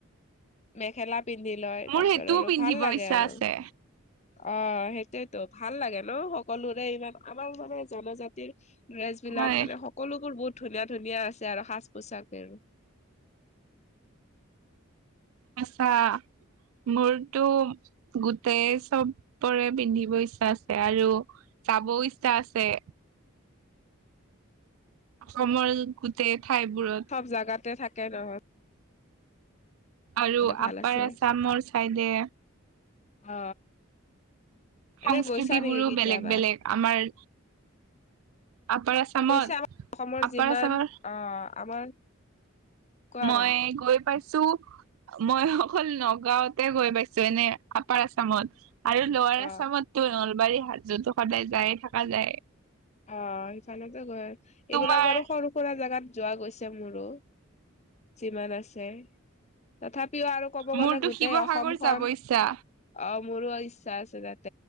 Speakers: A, on the left; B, on the right.
A: মেখেলা পিন্ধি লয়।
B: মোৰ
A: তাৰ পিছত
B: সেইটোও
A: আৰু
B: পিন্ধিব
A: ভাল লাগে
B: ইচ্ছা
A: আৰু।
B: আছে
A: অ সেইটোয়েতো ভাল লাগে ন সকলোৰে ইমান আমাৰ মানে জনজাতিৰ। ড্ৰেছ বিলাক
B: হয়
A: মানে সকলোবোৰ বহুত। ধুনীয়া ধুনীয়া আছে আৰু সাজ পোছাকে আৰু।
B: আতছা। মোৰতো গোটেই চবৰে পিন্ধিব ইচ্ছা আছে আৰু। চাব ইচ্ছা আছে। অসমৰ গোটেই ঠাইবোৰত।
A: চব জাগাতে থাকে নহয়।
B: আৰু
A: ভাল
B: আপাৰ
A: আছে
B: আছামৰ চাইডে।
A: অ।
B: সংস্কৃতিবোৰো
A: এনে গৈছা নেকি কেতিয়াবা
B: বেলেগ বেলেগ আমাৰ। আপাৰ আছামত
A: অৱশ্যে আমাৰ অসমৰ
B: আপাৰ
A: যিমান
B: আছামৰ
A: অ আমাৰ কোৱা
B: মই
A: কোৱা
B: গৈ পাইছো ছো মই অকল নগাঁওতে গৈ পাইছো এনে আপাৰ আছামত আৰু লোৱাৰ
A: অ
B: আচামতো নলবাৰীৰ হাজতো সদায় যায়ে থাকা যায়
A: অ সিফালেটো গৈ
B: তোমাৰ
A: এইবিলাক বাৰু সৰু সুৰা জাগাত যোৱা গৈছে মোৰো যিমান আছে তথাপি প্ৰিয় আৰু ক'ব
B: মোৰতো
A: গ'লে গোটেই
B: শিৱসাগৰ
A: অসমখন
B: যাব ইচ্ছা
A: অ মোৰো ইচ্ছা আছে তাত